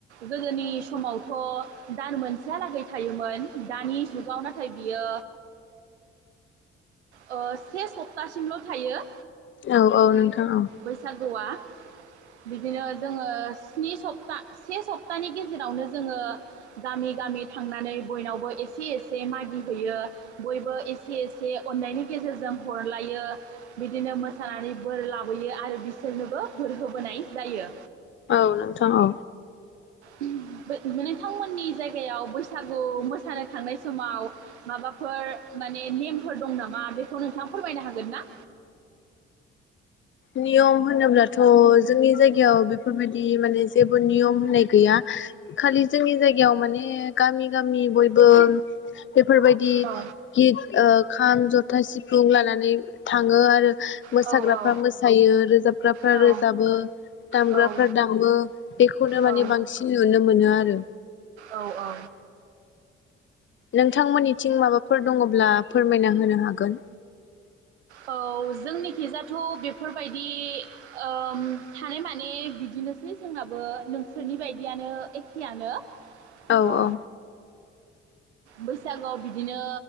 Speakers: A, on the right; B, on the left.
A: गोदोनि समावथ' दान मोनसेहालागै थायोमोन दानि जुगाव नाथाय बियो ओ से सप्तासिमल' थायो।
B: औ औ नोंथां औ।
A: बैसागुआ बिदिनो जोङो स्नि सप्त सा से सप्तानि गेजेरावनो जोङो गामि गामि थांनानै बयनावबो एसे एसे मागिहैयो बयबो एसे एसे अननायनि गेजेरजों हरलायो बिदिनो मोसानानै बोर लाबोयो आरो सोरनोबो बोर होबोनाय जायो।
B: औ नोंथां औ।
A: ओहोम बो-नोंथांमोननि जायगायाव बैसागु मोसानो थांनाय समाव माबाफोर माने नेमफोर दं नामा बेखौ नोंथाङा फोरमायनो हागोन ना?
B: नियम होनोब्लाथ' जोंनि जायगायाव बेफोरबायदि माने जेबो नियम होननाय गैया खालि जोंनि जायगायाव माने गामि गामि बयबो बेफोरबायदि
A: औ
B: गित ओ खाम, जथा, सिफुं लानानै थाङो आरो मोसाग्राफ
A: औ औ
B: फोरा मोसायो रोजाबग्राफ्रा
A: औ
B: रोजाबो, दामग्राफ्रा
A: औ
B: दामो बेखौनो माने
A: औ
B: बांसिन नुनो मोनो आरो।
A: औ औ
B: नोंथांमोननिथिं माबाफोर दङब्ला फोरमायना होनो हागोन।
A: औ जोंनिखिजाथ' बेफोरबायदि ओ थानाय माने बिदिनोसै जोंनाबो नोंसोरनि बायदियानो एखेयानो।
B: औ
A: अ।
B: औ
A: बैसागोआव बिदिनो